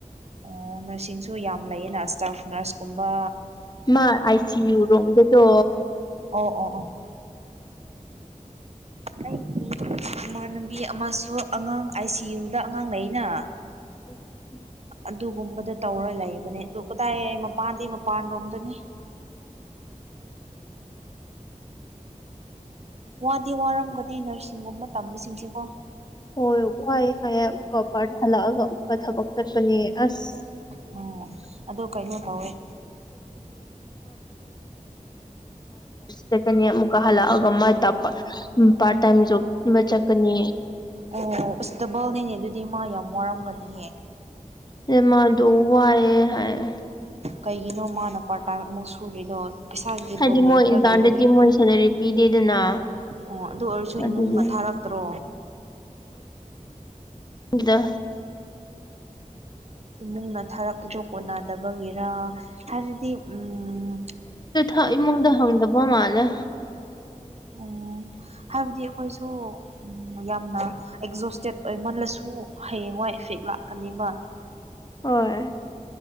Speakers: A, on the right; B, on the left.
A: ꯑꯣ ꯅꯔꯁꯤꯡꯁꯨ ꯌꯥꯝ ꯂꯩꯌꯦꯅ ꯁ꯭ꯇꯥꯐ ꯅꯔꯁꯀꯨꯝꯕꯥ꯫
B: ꯃꯥ ꯑꯥꯏ ꯁꯤ ꯌꯨ ꯔꯣꯝꯗꯗꯣ
A: ꯑꯣ ꯑꯣ ꯑꯣ꯫ ꯑꯩꯒꯤ ꯏꯃꯥꯟꯅꯕꯤ ꯑꯃꯁꯨ ꯑꯉꯥꯡ ꯑꯥꯏ ꯁꯤ ꯌꯨꯗ ꯑꯉꯥꯡ ꯂꯩꯅ꯫
B: <inaudible>
A: ꯑꯗꯨꯒꯨꯝꯕꯗ ꯇꯧꯔ ꯂꯩꯕꯅꯦ ꯑꯗꯨ ꯀꯗꯥꯏ ꯃꯄꯥꯟꯗꯤ ꯃꯄꯥꯟ ꯔꯣꯝꯗꯅꯤ꯫ ꯋꯥꯗꯤ ꯋꯥꯔꯝꯒꯅꯤ ꯅꯔꯁꯤꯡꯒꯨꯝꯕ ꯇꯝꯕꯁꯤꯡꯁꯦꯀꯣ꯫
B: ꯍꯣꯏ ꯋꯥꯑꯦ ꯍꯥꯏꯌꯦ ꯑꯃꯨꯛꯀ ꯄꯥꯔꯗ ꯍꯜꯂꯛꯑꯒ ꯑꯃꯨꯛꯀ ꯊꯕꯛ ꯆꯠꯄꯅꯦ ꯑꯁ꯫
A: ꯑꯣ꯫
B: <inaudible>
A: ꯑꯗꯣ ꯀꯩꯅꯣ ꯇꯧꯋꯦ
B: ꯆꯠꯀꯅꯤ ꯑꯃꯨꯛꯀ ꯍꯜꯂꯛꯑꯒ ꯃꯥꯏ ꯇꯥꯛꯄ ꯄꯥꯔꯠ ꯇꯥꯏꯝ ꯖꯣꯕ ꯑꯃ ꯆꯠꯀꯅꯤ꯫
A: ꯑꯣ ꯎꯁ ꯇꯕꯜꯅꯤꯅꯦ ꯑꯗꯨꯗꯤ ꯃꯥ ꯌꯥꯝ ꯋꯥꯔꯝꯒꯅꯤꯌꯦ꯫
B: ꯅꯦ ꯃꯥꯗꯣ ꯋꯥꯌꯦ ꯍꯥꯏꯌꯦ꯫
A: ꯀꯩꯒꯤꯅꯣ ꯃꯥꯅ ꯄꯥꯔꯇꯥꯏꯝ ꯑꯃꯨꯛ ꯁꯨꯔꯤꯗꯣ꯫ ꯄꯩꯁꯥꯒꯤ
B: ꯍꯥꯏꯗꯤ
A: ꯄ꯭ꯔꯣꯕ꯭ꯂꯦꯝ
B: ꯃꯣꯏ
A: ꯈꯔ
B: ꯏꯟꯇꯔꯟꯗꯗꯤ
A: ꯂꯩꯕꯒꯤ
B: ꯃꯣꯏ ꯁꯦꯂꯔꯤ ꯄꯤꯗꯦꯗꯅ꯫
A: ꯑꯣ ꯑꯗꯨ ꯑꯣꯏꯔꯁꯨ
B: ꯑꯗꯨꯒꯤ
A: ꯏꯃꯨꯡꯅ ꯊꯥꯔꯛꯇ꯭ꯔꯣ꯫
B: <unintelligible>
A: ꯏꯃꯨꯡꯅ ꯊꯥꯔꯛꯄꯗꯨꯣ ꯀꯣꯟꯅꯗꯕꯒꯤꯔ ꯍꯥꯏꯔꯗꯤ ꯎꯝ
B: ꯍ ꯏꯃꯨꯡꯗ ꯍꯪꯗꯕ ꯃꯥꯜꯂꯦ꯫
A: ꯑꯣ ꯍꯥꯏꯕꯗꯤ ꯑꯩꯈꯣꯏꯁꯨ ꯌꯥꯝꯅ ꯑꯦꯛꯖꯣꯁꯇꯦꯠ ꯑꯣꯏꯃꯜꯂꯁꯨ ꯍꯌꯦꯡꯋꯥꯏ ꯏꯐꯦꯛ ꯂꯥꯛꯀꯅꯤꯕ꯫
B: ꯍꯣꯏ